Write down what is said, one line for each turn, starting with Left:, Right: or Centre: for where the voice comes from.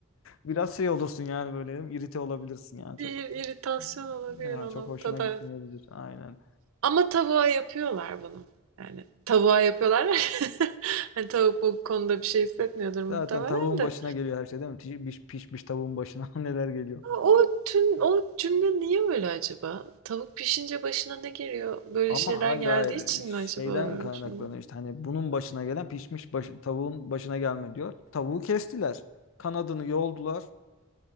Left: biraz şey olursun yani böyle irite olabilirsin yani çok.
Right: bir iritasyon olabilir
Left: Ya
Right: o
Left: çok
Right: noktada.
Left: hoşuna gitmeyebilir. Aynen
Right: Ama tavuğa yapıyorlar bunu. Yani tavuğa yapıyorlar. <laughs> Hani tavuk bu konuda bir şey hissetmiyordur muhtemelen
Left: Zaten tavuğun
Right: de.
Left: başına geliyor her şey değil mi? Pişmiş, pişmiş tavuğun başına <laughs> neler geliyor.
Right: A, o tüm o cümle niye öyle acaba? Tavuk pişince başına ne geliyor? Böyle
Left: Ama
Right: şeyler
Left: hayır
Right: geldiği
Left: hayır
Right: için
Left: şeyden
Right: mi acaba
Left: kaynaklanıyor
Right: o cümle?
Left: işte hani bunun başına gelen pişmiş baş- tavuğun başına gelme diyor. Tavuğu kestiler. Kanadını yoldular.